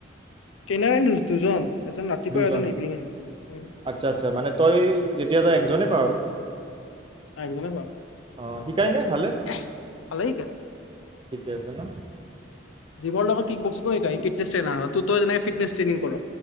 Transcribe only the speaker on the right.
দুজন,
আচ্ছা-আচ্ছা মানে তই যেতিয়া যা এ জনে পা আৰু।
অঁ শিকায়নে ভালে
ঠিকে আছে ন